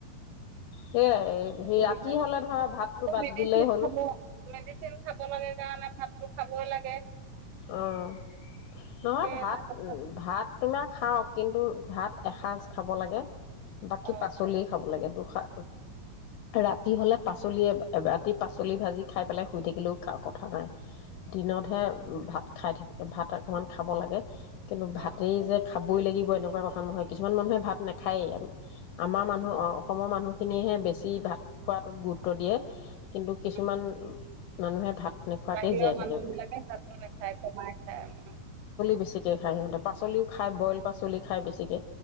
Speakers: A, on the left; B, on the right.
A: সেয়াই
B: অসুবিধা
A: সেই ৰাতি
B: আছে
A: হ'লে ধৰা ভাতটো
B: আকৌ
A: বাদ
B: মেডিচিন
A: দিলেই হ'ল
B: খাব মেডিচিন খাব লাগে কাৰণে ভাতটো খাবৈ লাগে।
A: অ' নহয়
B: সেই
A: ভাত
B: এটা কথা
A: ভাত তোমাক খাওক, কিন্তু ভাত এসাঁজ খাব লাগে বাকী
B: অ',
A: পাচলিযেই খাব লাগে এইবোৰ খা ৰাতি হ'লে পাচলি ৰাতি পাচলি ভাজি খাই পেলাই শুই থাকিলেও কথা নাই। দিনতহে খাই থাকিবি, ভাত অকণমান খাব লাগে কিন্তু,
B: অ',
A: ভাতেই যে খা খাবই লাগিব এনেকুৱা কথা নহয়, কিছুমান মানুহে ভাত নাখায়েই, আমাৰ
B: উম,
A: মানুহ, অসমৰ মানুহ খিনিেহে বেছি ভাত খোৱাটোত গুৰুত্ব দিয়ে। কিন্তু কিছুমান
B: উম।
A: মানুহে ভাত নোখোৱাকেই
B: বাহিৰৰ
A: জীয়াই থাকে
B: মানুহ
A: বোলে
B: বিলাকে ভাতটো নাখায় খাই কমাই খায় উম
A: বেছিকে খায় সিহঁতে পাচলি খায় বইল পাচলি খায় বেছিকে